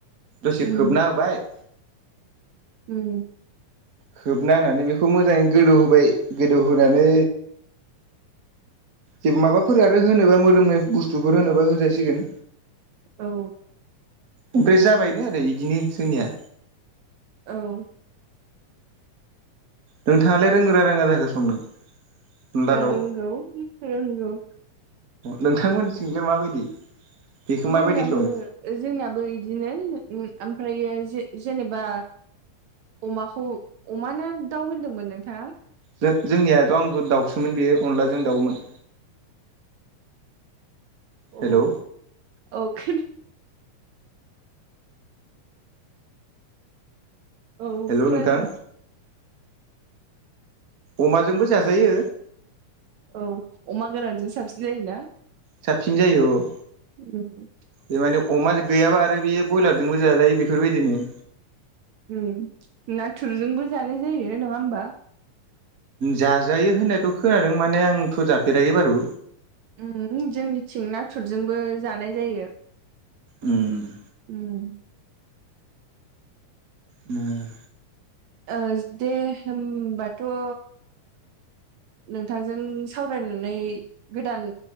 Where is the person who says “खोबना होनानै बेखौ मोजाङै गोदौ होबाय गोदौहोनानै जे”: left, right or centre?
Right